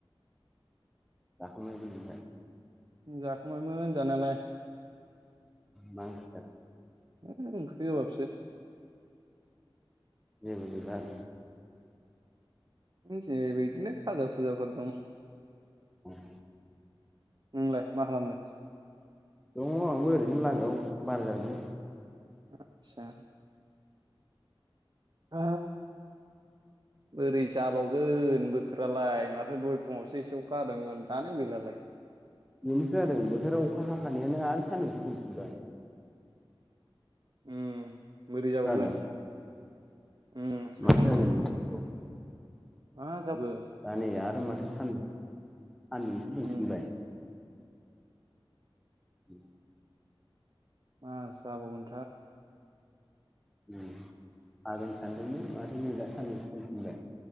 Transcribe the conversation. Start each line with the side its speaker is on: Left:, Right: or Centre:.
Centre: जाखांबायमोन ओमफ्राय
Right: जाखांबायमोन जानायालाय।
Centre: मा ओंख्रि जाखो?
Right: ओंख्रि गोबाबसो।
Centre: जेबो गैला आरोना
Right: एसे बिदिनो फाजा फुजाफोर दं।
Centre: <inaudible>
Right: नोंलाय मा खालामदो?
Centre: दङ' आंबो ओरैनो लामायाव बार जादों
Right: आतसा ओ
Centre: <inaudible>
Right: बोरै जाबावगोन बोथोरालाय माथो दहाय फुङावसो एसे अखा हादोंमोन दानो गैलालाय
Centre: बेनोथ' जादों बोथोरा अखा हाखानायानो आरो सानदुंसो दुंफिनबाय
Right: उम बोरै जाबावगोन
Centre: खोनादों
Right: उम खोनादों
Centre: मा जागोन नोंथां
Right: मा जागोन
Centre: दा नै आरो माथो सानद सान्दुंसो दुंफिनबाय
Right: उम
Centre: <unintelligible>
Right: मा जाबावगोन
Centre: <unintelligible> हागोन सानदोंमोन माथो नै दा सानदुंसो दुंफिनबाय